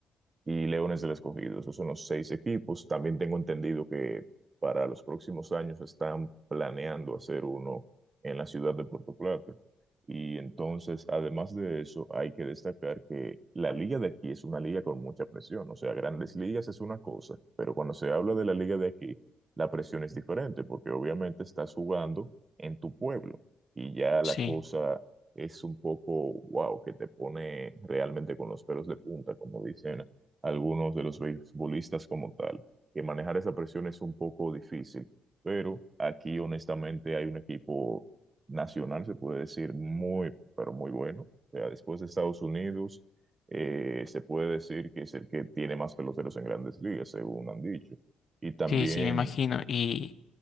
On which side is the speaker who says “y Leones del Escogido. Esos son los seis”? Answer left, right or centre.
Right